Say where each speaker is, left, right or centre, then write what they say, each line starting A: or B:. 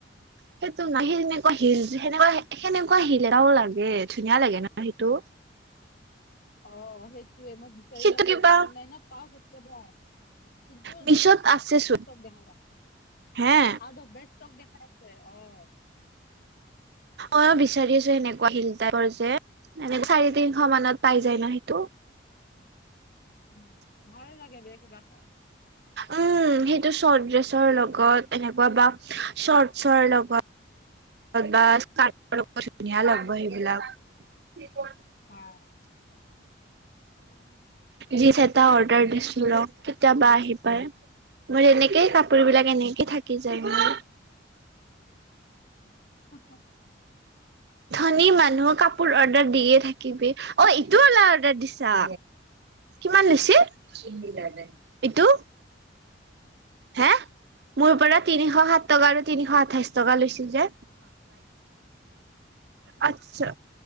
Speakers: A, on the right; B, on the left.
A: সেইটো নাই সি
B: অ।
A: তেনেকুৱা হিল যে, সেনেকুৱা, সেনেকুৱা হিল এটাও লাগে ধুনীয়া লাগে ন সেইটো।
B: অ' সেইটোৱে মই বিচাৰি
A: সেইটো
B: থাকো
A: কিবা
B: অনলাইনত পাওঁ কেতিয়াবা। সিটো
A: মিছত আছে চোন
B: দেখাই ৰাে
A: হে
B: আউ অফ বেষ্টটক দেখাই অ'
A: অ' বিচাৰি আছো সেনেকুৱা হিল তাইপৰ যে মান চাৰি তিনিশ মানত পাই
B: উম,
A: যায় ন সেইটো।
B: উম্ ভাল লাগে বে কিবা এটা।
A: উম্ সেইটো চৰ্ট ড্ৰেছৰ লগত, এনেকুৱা বা চৰ্টছৰ লগত। বা চাটৰ লগত ধুনীয়া লাগিব সেইবিলাক।
B: অ'
A: জিনচ্ এটা অৰ্ডাৰ দিছো ৰ কেতিয়া বা আহি পাই। মোৰ এনেকেই কাপোৰ বিলাক এনেকেই থাকি যায় মোৰ।
B: হ।
A: ধনী মানুহ কাপোৰ অৰ্ডাৰ দিয়ে থাকিবি। অ' ইটো ওলা অৰ্ডাৰ দিছা। কিমান লৈছিল, ইটো, হে। মোৰ পৰা তিনিশ সাত টকা, আৰু তিনিশ আঠাইশ টকা লৈছিল যে। আচ্ছা,